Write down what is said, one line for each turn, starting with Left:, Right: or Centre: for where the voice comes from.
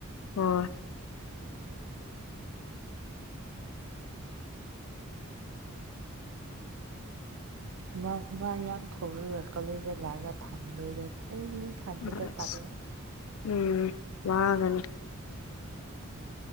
Left: ꯑꯣ
Right: ꯍꯨꯃꯥꯡ ꯍꯨꯃꯥꯡ ꯌꯥꯝ ꯊꯧꯔꯒ ꯀꯣꯂꯦꯖꯇ ꯂꯥꯛꯑꯒ ꯐꯝꯗꯣꯏꯗꯣ ꯑꯩꯩꯅ ꯈꯟꯕꯗ
Left: ꯑꯁ
Right: ꯄꯜꯂꯦ
Left: ꯎꯝ ꯃꯥꯒꯅꯤ